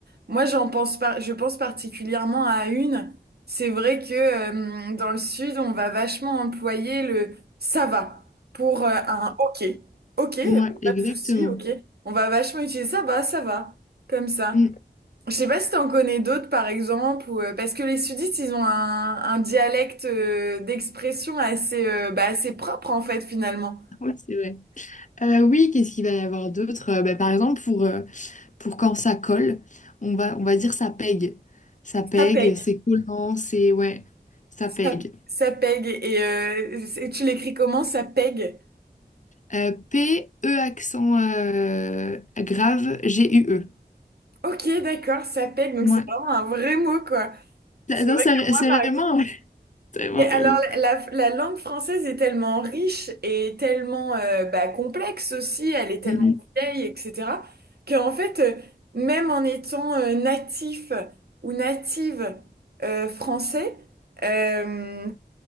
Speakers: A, on the right; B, on the left.
A: Moi, j'en pense par- je pense particulièrement à une. C'est vrai que euh, dans le sud, on va vachement employer le ça va pour euh, un ok. Ok, euh,
B: Mm. Ouais,
A: pas
B: exactement.
A: de souci, ok. On va vachement utiliser ça va, ça va, comme ça.
B: Mm.
A: Je sais pas si t'en connais d'autres, par exemple, ou, euh, parce que les sudistes, ils ont un, un dialecte euh, d'expression assez, euh, bah, assez propre, en fait, finalement.
B: Oui, c'est vrai. Euh, oui, qu'est-ce qu'il va y avoir d'autre? Euh, bah, par exemple, pour, euh, pour quand ça colle, on va, on va dire ça pègue. Ça pègue,
A: Ça pègue.
B: c'est collant, c'est... Ouais, ça
A: Ça,
B: pègue.
A: ça pègue. Et euh, c'est- tu l'écris comment? Ça pègue.
B: Euh, P, E accent euh, grave, G, U, E.
A: Ok, d'accord, ça pègue. Donc,
B: Ouais.
A: c'est vraiment un vrai mot, quoi.
B: Ça-
A: C'est
B: non,
A: vrai
B: ça-
A: que moi,
B: c'est
A: par
B: vraiment,
A: exemple,
B: ouais. <laughs> C'est vraiment,
A: Mais alors,
B: vraiment.
A: la, la langue française est tellement riche et tellement euh, bah, complexe aussi, elle est tellement
B: Mm, mm.
A: vieille, etc., qu'en fait, euh, même en étant euh, natif ou native euh, français, euh,